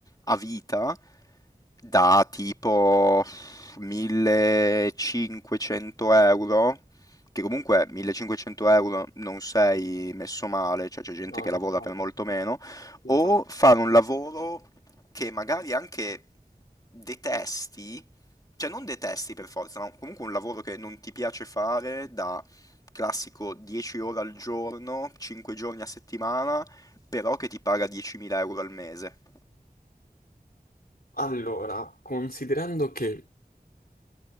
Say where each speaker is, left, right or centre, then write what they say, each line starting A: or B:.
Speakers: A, on the left; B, on the left.
A: a vita da tipo 1500 euro? Che comunque 1500 euro non sei messo male, cioè c'è gente
B: No,
A: che
B: no,
A: lavora
B: infatti.
A: per molto meno,
B: infatti.
A: o fare un lavoro che magari anche detesti, cioè non detesti per forza, ma comunque un lavoro che non ti piace fare da classico 10 ore al giorno, 5 giorni a settimana, però che ti paga 10.000 euro al mese.
B: Allora, considerando che,